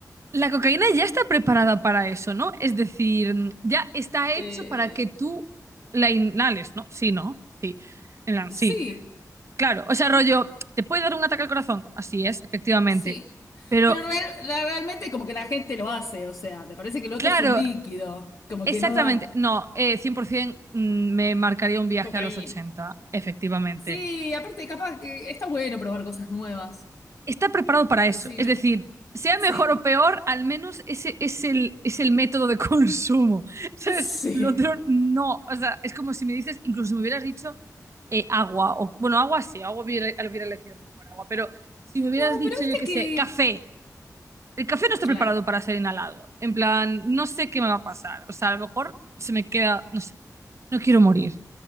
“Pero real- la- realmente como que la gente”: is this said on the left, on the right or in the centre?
Left